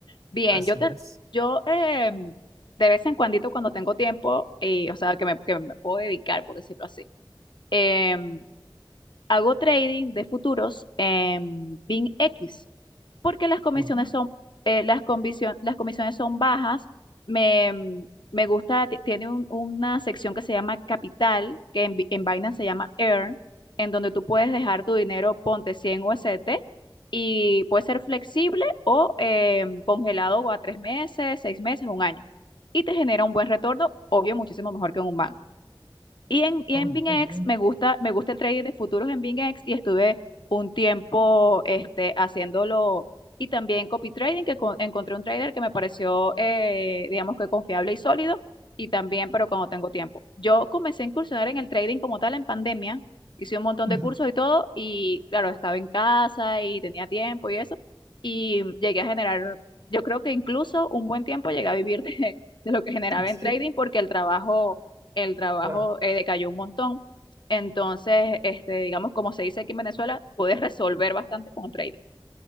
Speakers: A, on the left (about 65°); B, on the right (about 40°).
A: Bien,
B: así
A: yo te,
B: es.
A: yo eh, de vez en cuando, cuando tengo tiempo, eh, o sea, que me, que me puedo dedicar, por decirlo así. em, hago trading de futuros en BINX porque las comisiones
B: Ok.
A: son, eh, las comisio- las comisiones son bajas. Me, mm, me gusta, ti- tiene un- una sección que se llama Capital, que en, Bi- en Binance se llama Earn, en donde tú puedes dejar tu dinero, ponte 100 USDT, y puede ser flexible o eh, congelado o a tres meses, seis meses, un año. Y te genera un buen retorno, obvio, muchísimo mejor que en un banco. Y en, y
B: Oh,
A: en BingX
B: qué bien.
A: me gusta, me gusta el trading de futuros en BingX y estuve un tiempo este, haciéndolo y también copy trading, que con- encontré un trader que me pareció, eh, digamos que confiable y sólido y también, pero cuando tengo tiempo. Yo comencé a incursionar en el trading como tal en pandemia, hice un montón
B: Ujú.
A: de cursos
B: <laughs>
A: y todo y claro, estaba en casa y tenía tiempo y eso y llegué a generar, yo creo que incluso un buen tiempo llegué a vivir <laughs> de, de lo que generaba
B: Sí,
A: en trading porque el trabajo el trabajo
B: claro.
A: eh, decayó un montón. Entonces, este, digamos, como se dice aquí en Venezuela, puedes resolver bastante con trading.